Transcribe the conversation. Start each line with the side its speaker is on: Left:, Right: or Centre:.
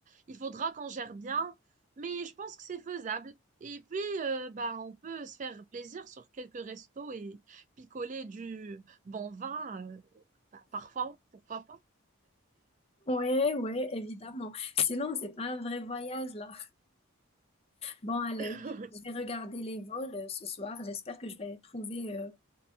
Right: il faudra qu'on gère bien. Mais je pense que c'est faisable. Et puis, euh, bah, on peut se faire plaisir sur quelques restos et picoler du bon vin, euh, bah, parfois, pourquoi pas.
Left: Oui, oui, évidemment. Sinon, c'est pas un vrai voyage là. Bon, allez,
Right: <laughs>
Left: je vais regarder les vols euh, ce soir. J'espère que je vais trouver euh,